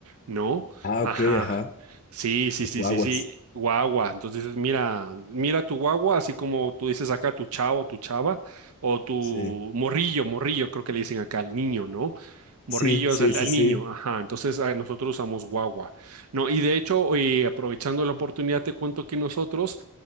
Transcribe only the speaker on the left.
Ah,
ok, ajá.
Las
guaguas.
Sí.
Sí, sí,
sí,
sí.